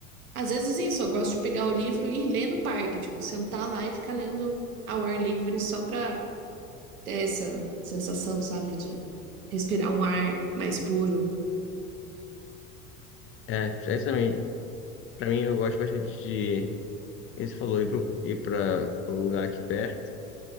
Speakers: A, on the right; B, on the left.
A: Às vezes isso, eu gosto de pegar o livro e ler no parque, tipo, sentar lá e ficar lendo ao ar livre só pra ter essa sensação, sabe, de respirar um ar mais puro.
B: É, é isso também, pra mim eu gosto bastante de, esse falou, ir, pro, ir pra o lugar aqui perto,